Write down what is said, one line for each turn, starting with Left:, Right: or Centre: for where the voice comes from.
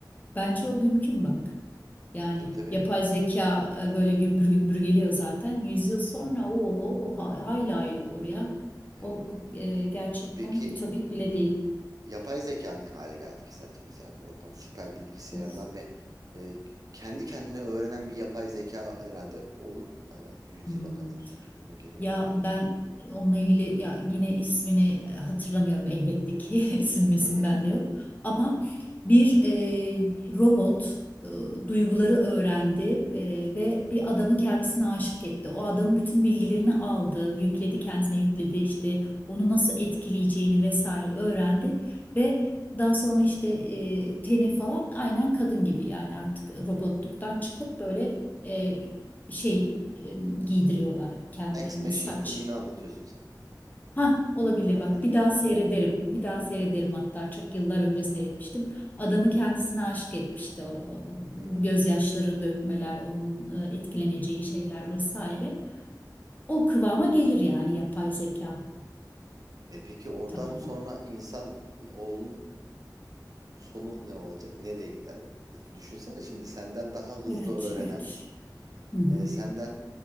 Left: bence o mümkün bak. Yani
Right: Tabii tabii.
Left: yapay zeka e, böyle gümbür gümbür geliyor zaten. Yüzyıl sonra o hayli
Right: Hmm,
Left: hayli olur ya.
Right: evet.
Left: O o, e, gerçekten
Right: Peki
Left: ütopik bile değil.
Right: Yapay zeka ne hale gelecek sence? Mesela bu oradan süper bilgisayarlar
Left: Of.
Right: ve e, kendi kendine öğrenen bir yapay zeka herhalde olur herhalde yüz
Left: Hmm.
Right: yıla kadar gibime geliyor
Left: Ya
Right: bana.
Left: ben onunla ilgili ya yine ismini e, hatırlamıyorum elbette ki <laughs> isim misim
Right: <laughs>
Left: bende yok. Ama bir e, robot e, duyguları öğrendi e, ve bir adamı kendisine aşık etti. O adamın bütün bilgilerini aldı, yükledi kendisine yükledi işte onu nasıl etkileyeceğini vesaire öğrendi ve daha sonra işte e, teni falan aynen kadın gibi yani artık robotluktan
Right: Hı hı.
Left: çıkıp böyle e, şey e, giydiriyorlar kendilerine
Right: Ex Machine
Left: saç.
Right: filmini anlatıyorsun sen.
Left: Ha olabilir
Right: <laughs>
Left: bak bir daha seyrederim. Bir daha seyrederim
Right: Evet.
Left: hatta çok yıllar önce seyretmiştim. Adamı kendisine aşık etmişti. O, e,
Right: Hı hı.
Left: gözyaşları dökmeler, onun e, etkileneceği şeyler vesaire. O kıvama gelir yani yapay zeka
Right: E peki oradan
Left: tamamen.
Right: sonra insan oğlunun sonu ne olacak? Nereye gider o? E, Düşünsene şimdi senden daha hızlı
Left: Evet,
Right: öğrenen
Left: evet. Hı hı,
Right: e, senden